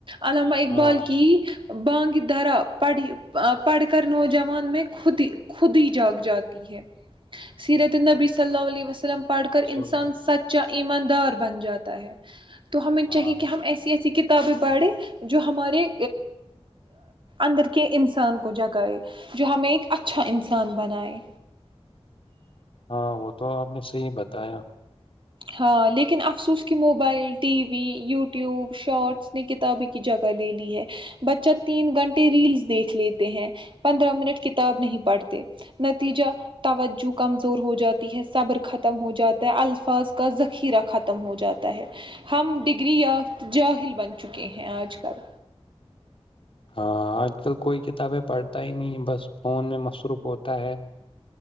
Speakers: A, on the right; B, on the left.
A: علامہ اقبال
B: ہاں
A: کی بانگ درا پڑھی پڑھ کر نوجوان میں خود ہی خود ہی جاگ جاتی ہے سیرت نبی صلی اللہ علیہ وسلم پڑھ کر انسان
B: سن-
A: سچا ایماندار بن جاتا ہے تو ہمیں
B: ہاں
A: چاہیے کہ ہم ایسی ایسی کت کتابیں پڑھیں جو ہمارے اندر کے انسان کو جگائے جو ہمیں ایک اچھا انسان بنائے
B: ہاں وہ تو آپ نے صحیح بتایا
A: ہاں لیکن افسوس کی mobile T V YouTube shorts نے کتابیں کی جگہ لے لی ہے بچہ تین گھنٹے ریلس دیکھ لیتے ہیں پندرہ منٹ کے کتاب نہیں پڑھتے نتیجہ توجہ کمزور ہو جاتی ہے صبر ختم ہو جاتا ہے الفاظ کا ذخیرہ ختم ہو جاتا ہے ہم ڈگری یافت جاہل بن چکے ہیں آج کل
B: ہاں آج کل کوئی کتابیں پڑھتا ہی نہیں بس فون میں مصروف ہوتا ہے